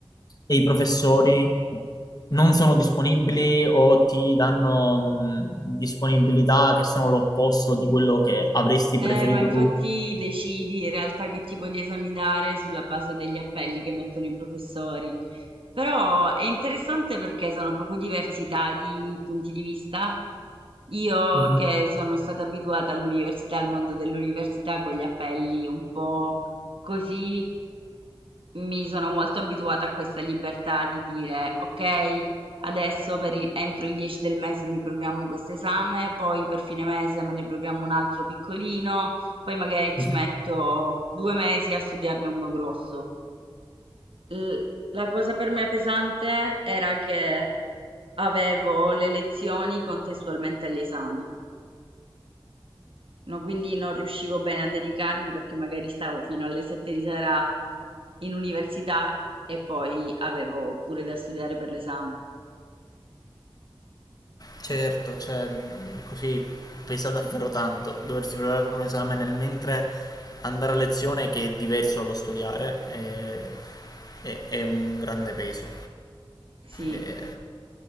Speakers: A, on the left; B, on the right.
A: e i professori non sono disponibili o ti danno mh, disponibilità che sono l'opposto di quello che avresti
B: Eh,
A: preferito
B: ma infatti
A: tu.
B: decidi in realtà che tipo di esami dare sulla base degli appelli che mettono i professori. Però è interessante perché sono proprio diversità di punti di vista. Io
A: Mhm,
B: che sono stata abituata all'università, al mondo dell'università con gli appelli un po' così, mi sono molto abituata a questa libertà di dire, ok, adesso per i- entro il 10 del mese mi programmo questo esame, poi per fine mese me ne programmo un altro piccolino, poi magari
A: mhm.
B: ci metto due mesi a studiarne uno grosso. L- la cosa per me pesante era che avevo le lezioni contestualmente agli esami. No, quindi non riuscivo bene a dedicarmi perché magari stavo fino alle sette di sera in università e poi avevo pure da studiare per l'esame.
A: Certo, cioè, mh, così pesa davvero tanto doversi preparare per un esame nel mentre andare a lezione che è diverso dallo studiare è, è- è un grande peso.
B: Sì,
A: Eh,